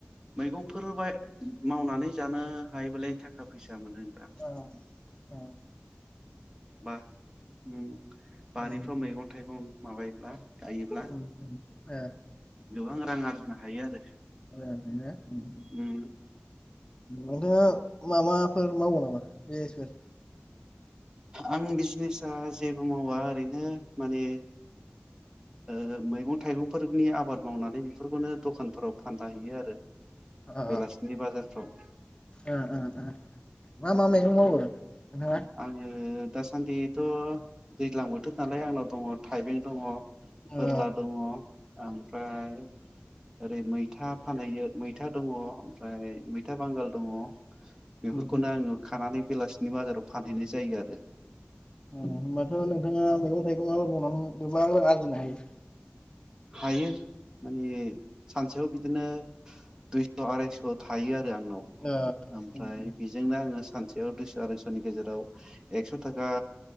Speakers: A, on the right (about 15°); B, on the left (about 25°).
A: मैगंफोर बाय मावनानै जानो हायोबालाय थाखा फैसा मोनो नोंथां
B: अ अ
A: बा उम बारिफ्राव
B: ओ
A: मैगं थाइगं माबायोब्ला गायोब्ला
B: उम उम ओ
A: गोबां रां आरजिनो हायो आरो
B: मोजांसो ना उम
A: उम
B: नोंथाङा माबाफोर मावो नामा बिसनेसफोर
A: आं बिजनेसा जेबो मावा ओरैनो माने ओ मैगं थाइगंफोरनि आबाद मावनानै बेफोरखौनो दखानफोराव फानला हैैयो आरो
B: ओ
A: बेलासिनि बाजारफ्राव
B: ओ ओ मा मा मैगं मावो नोंथाङा?
A: आङो दासान्दिथ दैज्लां बोथोर नालाय आंनाव दङ थाइबें दङ
B: ओ
A: फोरला दङ ओमफ्राय ओरै मैथा फानहैयो मैथा दङ ओमफ्राय मैथा बांगाल दङ बेफोरखौनो
B: उम उम
A: आङो खानानै बेलासिनि बााजाराव फानहैनाय जायो आरो
B: ओम होनबाथ नोंथाङा मैगं थाइगं आबाद मावनानै गोबां रां आरजिनो हायो
A: हायो माने सानसेयाव बिदिनो दुइस आरायस थायो आंनाव
B: ओ
A: ओमफ्राय
B: उम उम
A: बेजोंनो आङो सानसेयाव दुइस आरायसनि गेजेराव एकस थाखा